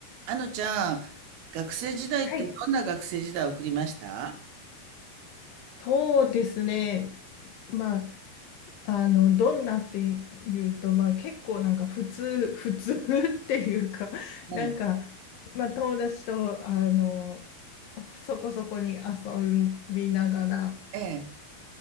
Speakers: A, on the right; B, on the left.
A: あのちゃん、学生時代ってどんな学生時代を送りました
B: はい。そうですね。まあ、あの、どんなっていうと、まあ結構なんか普通、普通 <laughs> っていうか、<laughs> なんか、
A: ええ、
B: まあ友達と、あの、そこそこに遊びながら、
A: ええ、